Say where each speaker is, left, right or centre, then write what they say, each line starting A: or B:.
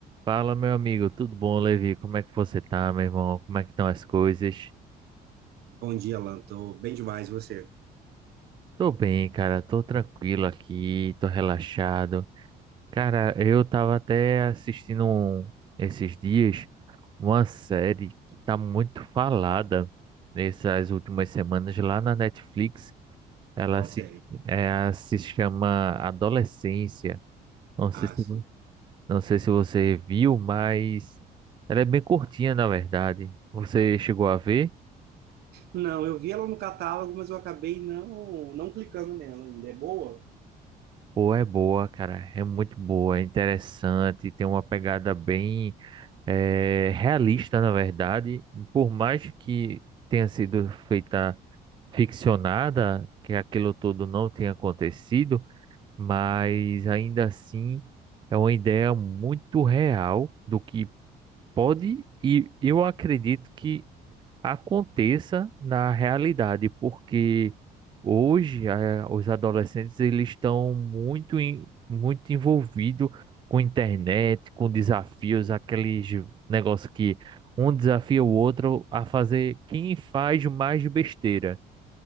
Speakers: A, on the right; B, on the right.
A: Fala, meu amigo, tudo bom, Levi? Como é que você tá, meu irmão? Como é que estão as coisas?
B: Bom dia, Alan. Tô bem demais, e você?
A: Tô bem, cara, tô tranquilo aqui, tô relaxado. Cara, eu tava até assistindo um- esses dias uma série que tá muito falada nessas últimas semanas lá na Netflix. Ela
B: Qual
A: se,
B: série?
A: é, se chama Adolescência. Não sei
B: Ah,
A: se,
B: sim.
A: não sei se você viu, mas ela é bem curtinha, na verdade. Você chegou a ver?
B: Não, eu vi ela no catálogo, mas eu acabei não, não clicando nela ainda. É boa?
A: Pô, é boa, cara. É muito boa, é interessante, tem uma pegada bem eh, realista, na verdade. Por mais que tenha sido feita ficcionada, que aquilo todo não tenha acontecido, mas ainda assim é uma ideia muito real do que pode e eu acredito que aconteça na realidade, porque hoje eh, os adolescentes eles estão muito em- muito envolvidos com internet, com desafios,
B: Sim.
A: aqueles negócio que um desafia o outro a fazer quem faz mais besteira.